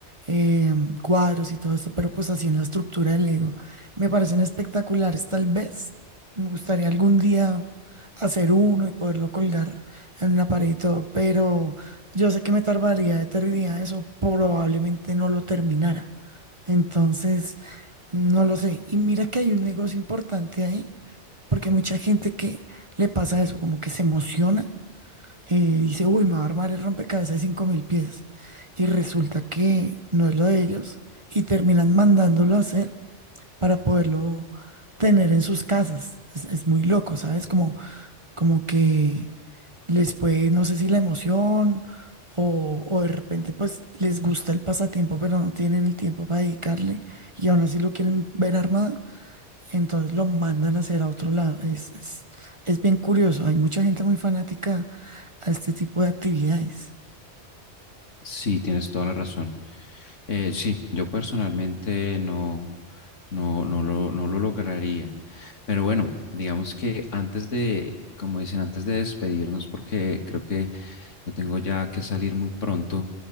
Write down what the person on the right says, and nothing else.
eh, cuadros y todo esto, pero pues así en la estructura del Lego Me parecen espectaculares, tal vez. Me gustaría algún día hacer uno y poderlo colgar en una pared y todo, pero yo sé que me tardaría eternidad, eso probablemente no lo terminara. Entonces, no lo sé. Y mira que hay un negocio importante ahí, porque mucha gente que le pasa eso, como que se emociona eh, dice, uy, me va a armar el rompecabezas de cinco mil piezas. Y resulta que no es lo de ellos y terminan mandándolo a hacer para poderlo tener en sus casas. Es, es muy loco, ¿sabes? Como, como que les puede, no sé si la emoción o, o de repente pues les gusta el pasatiempo, pero no tienen el tiempo para dedicarle y aún así lo quieren ver armado. Entonces lo mandan a hacer a otro lado. Es, es, es bien curioso. Hay mucha gente muy fanática a este tipo de actividades.